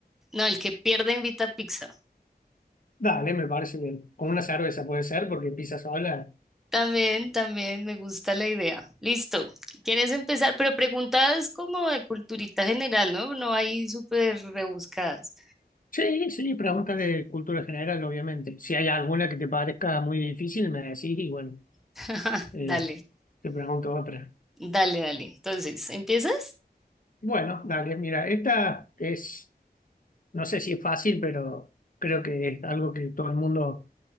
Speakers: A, in the centre; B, on the left.
A: no, el que pierda invita a pizza.
B: Dale, me parece bien. Con una cerveza puede ser porque empieza sola.
A: También, también me gusta la idea. Listo, ¿quieres empezar? Pero preguntas como de culturita general, ¿no? No hay súper rebuscadas.
B: Sí, sí, preguntas de cultura general, obviamente. Si hay alguna que te parezca muy difícil, me decís y bueno.
A: <laughs>
B: Eh,
A: Dale,
B: te pregunto otra.
A: dale, dale. Entonces, ¿empiezas?
B: Bueno, dale, mira, esta es, no sé si es fácil, pero creo que es algo que todo el mundo